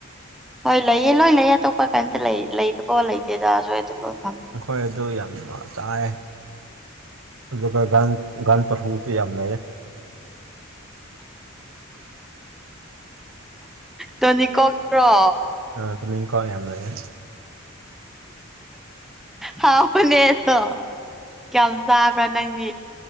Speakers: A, in the centre; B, on the right (about 70°).
A: ꯍꯣꯏ ꯂꯩꯌꯦ ꯂꯣꯏ ꯂꯩꯌꯦ ꯑꯇꯣꯞꯄ ꯀꯩꯝꯇ ꯂꯩ ꯂꯩꯇꯕꯣ ꯂꯩꯇꯦꯗ ꯑꯁ꯭ꯋꯥꯏꯗ ꯕꯝ
B: ꯑꯩꯈꯣꯏꯠ ꯑꯗꯨ ꯌꯥꯝꯅ ꯆꯥꯏꯌꯦ ꯑꯗꯨꯒ ꯒꯟ ꯒꯟꯁ ꯄꯥꯁꯨꯁꯨ ꯌꯥꯝ ꯂꯩꯌꯦ
A: ꯇꯣꯅꯤꯀꯣꯛꯔꯣ
B: ꯑ ꯇꯨꯝꯅꯤꯡꯈꯣꯛ ꯌꯥꯝ ꯂꯩꯌꯦ
A: ꯍꯥꯎꯕꯅꯦ ꯑꯗꯣ ꯀꯌꯥꯝ ꯆꯥꯕ꯭ꯔꯥ ꯅꯪꯗꯤ